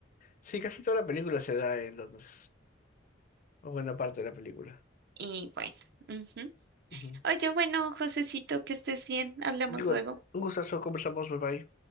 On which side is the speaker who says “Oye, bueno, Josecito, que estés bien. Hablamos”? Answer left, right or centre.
Right